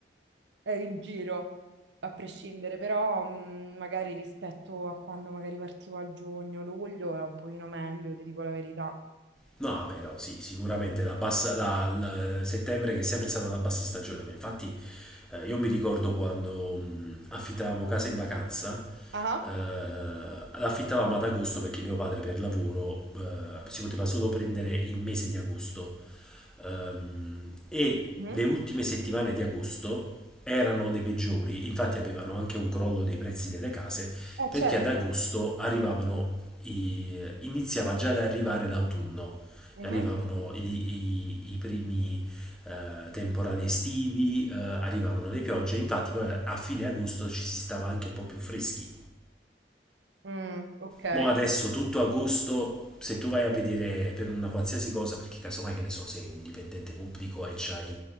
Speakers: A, on the right; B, in the centre.
A: è in giro, a prescindere, però mm, magari rispetto a quando magari partivo a giugno, luglio è un pochino meglio, ti dico la verità.
B: No, vabbè, no, sì, sicuramente la bassa, la, la- settembre che è sempre stata la bassa stagione, ma infatti eh, io mi ricordo quando mh, affittavamo casa in vacanza,
A: Ah, ah.
B: eh, l'affittavamo ad agosto perché mio padre per lavoro eh, si poteva solo prendere il mese di agosto Ehm, e
A: Mhm.
B: le ultime settimane di agosto erano le peggiori, infatti avevano anche un crollo dei prezzi delle case,
A: Eh,
B: perché
A: certo.
B: ad agosto arrivavano i- iniziava già ad arrivare l'autunno,
A: Mhm.
B: arrivavano i, i- i primi eh, temporali estivi, eh, arrivavano le piogge, infatti poi a fine agosto ci si stava anche un po' più freschi
A: Mm, ok,
B: Mo adesso tutto agosto, se tu vai a vedere per una qualsiasi cosa, perché casomai che ne so, sei un dipendente pubblico e c'hai